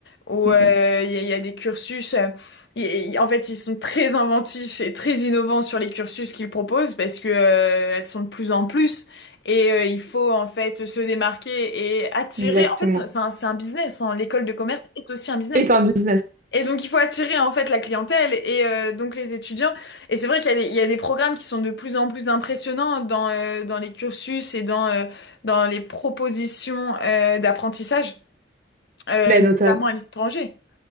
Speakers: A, on the left; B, on the right.
A: où
B: Mm,
A: euh, il y, a il y a des cursus. euh, y- y- en fait, ils sont très inventifs et très innovants sur les cursus qu'ils proposent parce que euh, elles sont de plus en plus. Et euh, il faut en fait se démarquer et attirer.
B: mm. Exactement.
A: En fait, c'est c'est un, c'est un business. hein. L'école de commerce est aussi un business.
B: Et par business.
A: Et donc, il faut attirer en fait la clientèle et euh, donc les étudiants. Et c'est vrai qu'il y a des, il y a des programmes qui sont de plus en plus impressionnants dans, euh, dans les cursus et dans, euh, dans les propositions euh, d'apprentissage, euh,
B: Ben, notam-
A: notamment à l'étranger.